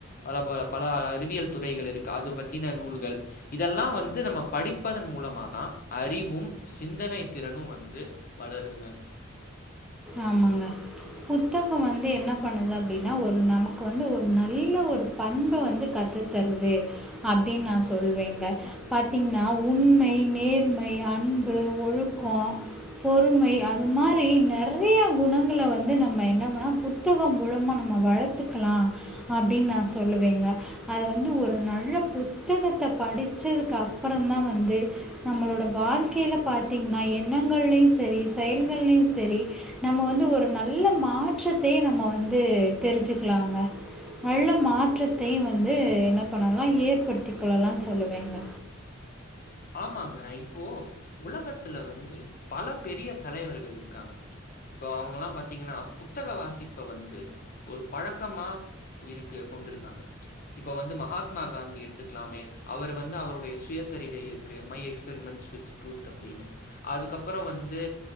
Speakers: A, on the left; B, in the centre.
A: பல ப பல அறிவியல் துறைகள் இருக்கு அது பத்தின நூல்கள் இதெல்லாம் வந்து நம்ம படிப் ப்பதன் மூலமாதா அறிவும் சிந்தனை திறனு வந்து வளருதுங்க
B: ஆமாங்க புத்தகோ வந்து என்ன பண்ணுது அப்டின்னா ஒரு நமக்கு வந்து ஒரு நல்ல ஒரு பண்ப வந்து கத்து தருது அப்டின் நா சொல்வேங்க பாத்தீங்குன்னா உண்மை நேர்மை அன்பு ஒழுக்கோ பொறுமை அது மாரி நெற் றிய குணங்கள வந்து நம்ம என்னங்குனா புத்தகோ மூலமா நம்ம வளத்துக்கலா அப்டின் நா சொல்லுவேங்க அது வந்து ஒரு நல்ல புத்தகத்த படிச்சதுக்கு அப்புறந்தா வந்து நம்மளோட வாழ்க்கையில பாத்தீங்குன்னா எண்ணங்களிள் சரி செயல்களிள் சரி நம்ம வந்து ஒரு நல்ல மாற்றத்தைய நம்ம வந்து தெரிஞ்சுக்குலாங்க நல்ல மாற்றத்தையு வந்து என்ன பண்ணலாம் ஏற்படுத்திக் கொள்ளலான் சொல்லுவேங்க
A: ஆமாங்க இப்போ உலகத்துல வந்து பல பெரிய தலைவர்கள் இருக்காங்க இப்போ அவுங்கல்லாம் பாத்தீங்கின்னா புத்தக வாசிப்ப வந்து ஒரு பழக்கமா இப்புருக்கு கொண்டிருக்காங்க இப்ப வந்து மகாத்மா காந்தி எடுத்துக்குலாமே அவரு வந்து அவருடைய சுயசரிகையில் க்கு மை எக்ஸிபிரிமெண்ட்ஸ் வித் ட்ரூத் அப்டினு அதுக்கப்பறோ வந்து